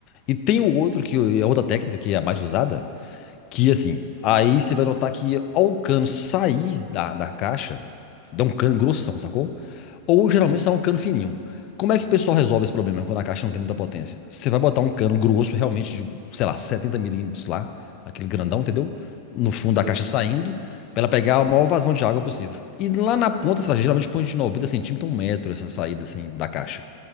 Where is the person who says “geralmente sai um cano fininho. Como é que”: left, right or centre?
Left